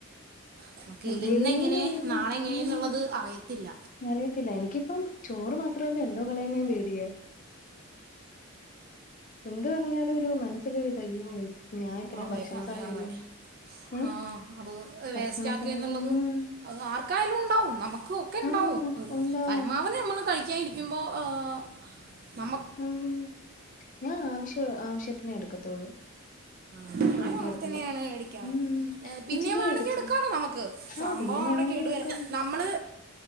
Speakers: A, on the right; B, on the left.
A: നമുക്ക്
B: എന്തേലൊരു
A: ഇന്നെങ്ങനെ നാളെ എങ്ങനെ
B: ആഹ്
A: എന്നുള്ളത് അറിയത്തില്ല
B: അറിയത്തില്ല എനിക്കിപ്പം ചോറ് മാത്രംല്ല എന്തോ കളയുന്നേം പേടിയാ എന്ത് പറഞ്ഞാലൊരു മനസ്സിലൊരുയിതാ അയ്യോ ഞാൻ ഇത്രയും
A: അതെ
B: ഭക്ഷണ
A: അതെ
B: സാധനം
A: അതെ
B: അയ്യോ ഏഹ്
A: ആ അത്
B: ഭക്ഷണ
A: വേസ്റ്റാക്കിയെന്നുള്ളത്
B: സാധനം ഉം
A: അത് ആർക്കായാലുണ്ടാവും നമുക്കും ഒക്കെയുണ്ടാവും
B: ആഹ് ഉണ്ടാവും
A: പരമാവ ധി നമ്മള് കഴിക്കായിരിക്കുമ്പോ ആഹ് നമ്മ
B: ഉം ഞാ ആവശ്യ ആവശ്യത്തിനെ എടുക്കത്തൊള്ളു
A: ആഹ്
B: കഴിക്കായെടുക്കുമ്പം
A: ഞാനും അങ്ങനെ തന്നെയാണ് മേടിക്കാറ്
B: ഉം
A: പിന്നെയും
B: ഇച്ചിരിയെ
A: വേണമെങ്കിൽ
B: എടുക്കൂ
A: എടുക്കാലോ നമുക്ക്
B: ആഹ്
A: സംഭവം
B: പിന്നെ വേണോങ്കിയെടുക്കാം
A: അവിടെ കേടുവരാ നമ്മള്